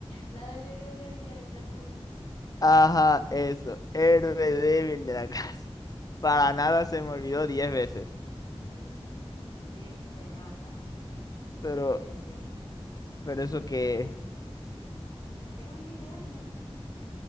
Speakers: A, on the left; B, on the left.
A: La del héroe débil de la clase uno.
B: Ajá, eso. Héroe débil de la <laughs> casa. Para nada se me olvidó diez veces.
A: Mm, sí, se nota.
B: Pero,
A: Qué terrible.
B: pero eso que.
A: Era un K-drama.